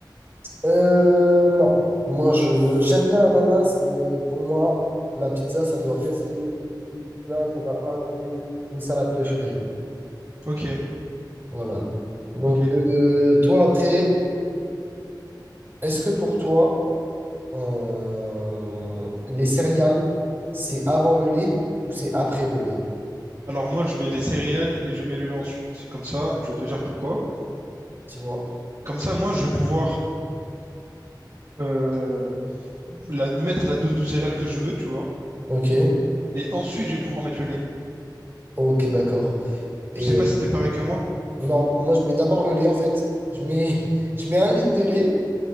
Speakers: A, on the right (about 30°); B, on the right (about 45°).
A: Euh, non. Moi, je j'aime bien l'ananas, mais pour moi, la pizza, ça doit rester une pizza et ça doit pas rester une salade de fruits.
B: Ok,
A: Voilà. Donc,
B: ok.
A: euh, toi, après, est-ce que pour toi, euh, les céréales, c'est avant le lait ou c'est après le lait?
B: Alors moi, je mets les céréales et je mets le lait ensuite. Comme ça, je vais te dire pourquoi.
A: Dis-moi.
B: Comme ça, moi, je vais pouvoir euh, la, mettre la dose de céréales que je veux, tu vois.
A: Ok.
B: Et ensuite, je vais pouvoir mettre le lait.
A: Ok, d'accord. Et
B: Je sais pas si t'es pareil que moi.
A: non, moi, je mets d'abord le lait, en fait. Je mets, <laughs> je mets un litre de lait.